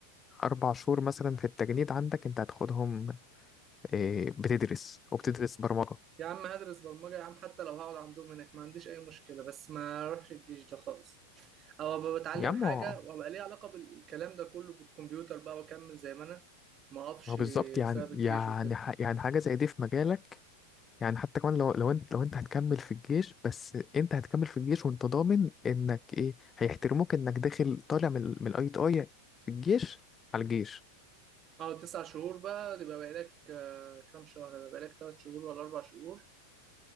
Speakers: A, on the left (about 20°); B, on the right (about 30°).
A: اربع شهور مثلا في التجنيد عندك انت هتاخدهم إيه، بتدرس وبتدرس برمجه
B: يا عم هدرس برمجة يا عم حتى لو هقعد عندهم هناك ما عنديش اي مشكلة بس ما اروحش الجيش ده خالص او ابقى بتعلم
A: يا عم
B: حاجة
A: هو
B: وابقى ليه علاقة بالكلام ده كله بالكمبيوتر بقى واكمل زي ما انا ما اقفش
A: هو بالظبط يعني
B: بسبب الجيش
A: يعني
B: وكده
A: ح- يعني حاجه زي دي في مجالك يعني حتى كمان لو لو انت لو انت هتكمل في الجيش بس انت هتكمل في الجيش وانت ضامن انك ايه هيحترموك انك داخل طالع من من الاي تي اي في الجيش على الجيش
B: اه تسع شهور بقى يبقى بقالك آه، كام شهر يبقى بقالك تلات شهور ولا اربع شهور